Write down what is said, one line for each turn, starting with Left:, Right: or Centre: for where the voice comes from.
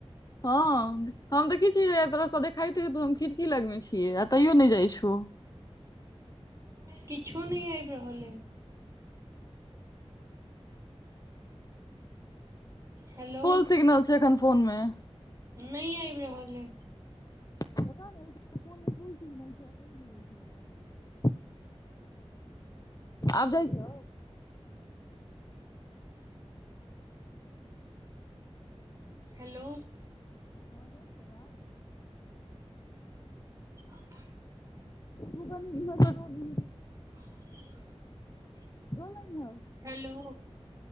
Left: हँ हम देखैत छियै तरहसँ देखाइते हेतौ हम खिड़की लगमे छियै आ तैयो नहि जाइत छौ।
Right: किछो नहि आबि रहल अइ। हेलो
Left: फुल सिग्नल छै एखन फोन मे।
Right: नहि आबि रहल अइ।
Left: पता नहि अई ठामका फोन मे फुल सिगनल छै तईयो नहि जाई छौ आबाज। आब जाइ छौ।
Right: हेलो
Left: हँ जाइ छौ अबाज।
Right: अपन
Left: तु कनि इम्हर <unintelligible>
Right: <unintelligible>
Left: जो न इम्हार
Right: हेलो